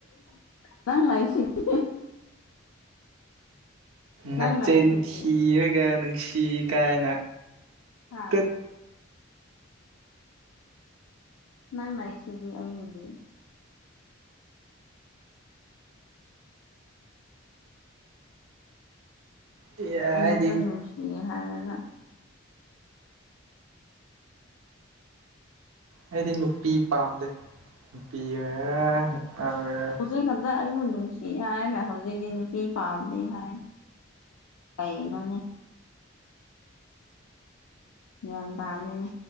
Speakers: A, on the left; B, on the right.
A: ꯅꯪ ꯂꯩꯁꯤꯗꯤ ꯅꯪ
B: ꯅꯠꯆꯤꯟ
A: ꯂꯩꯁꯤꯗꯤ
B: ꯊꯤꯔꯒ ꯅꯨꯡꯁꯤ ꯀꯥꯏꯅ
A: ꯍꯥ
B: ꯇꯠ
A: ꯅꯪ ꯂꯩꯁꯤꯗꯤ ꯑꯩꯒꯤꯗꯤ
B: ꯑꯩꯗꯤ
A: ꯑꯩꯉꯣꯟꯗ ꯅꯨꯡꯁꯤꯌꯦ ꯍꯥꯏꯔꯒ
B: ꯑꯩꯗꯤ ꯅꯨꯄꯤ ꯄꯥꯝꯗꯦ ꯅꯨꯄꯤ ꯑꯣꯏꯦꯔꯥ ꯅꯨꯄꯥ ꯑꯣꯏꯦꯔꯥ
A: ꯍꯧꯖꯤꯛ ꯈꯛꯇ ꯑꯩꯕꯨ ꯅꯨꯡꯁꯤ ꯍꯥꯏꯔꯒ ꯍꯧꯖꯤꯛꯇꯤ ꯅꯨꯄꯤ ꯄꯥꯝꯗꯦ ꯍꯥꯏ ꯀꯩꯅꯣꯅꯦ ꯒꯌꯥꯟ ꯇꯥꯗꯦꯅꯦ